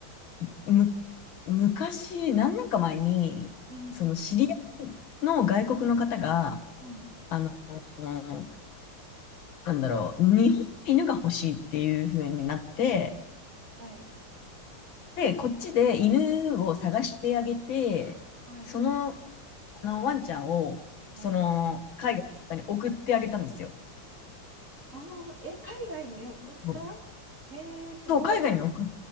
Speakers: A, on the left; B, on the right.
A: いむ、昔、何年か前に、
B: うん、
A: その知り合いの外国の方が、
B: うん。
A: あの、なんだろう、日本の犬が欲しいっていう風になって、
B: はい、
A: で、こっちで犬を探してあげて、
B: はい、
A: そのあの、ワンちゃんを、
B: はい。
A: その、海外の方に送ってあげたんですよ。
B: ああ、え、海外に送った
A: うん
B: へえ、すご。
A: そう、海外に送っ